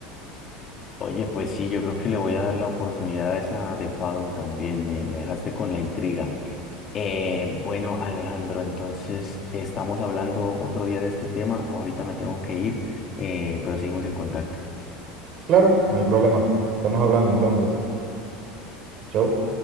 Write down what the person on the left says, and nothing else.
Oye, pues sí, yo creo que le voy a dar la oportunidad a esa de Fado también. Me, me dejaste con la intriga. Eh, bueno, Alejandro, entonces estamos hablando otro día de este tema. Ahorita me tengo que ir, eh, pero seguimos en contacto.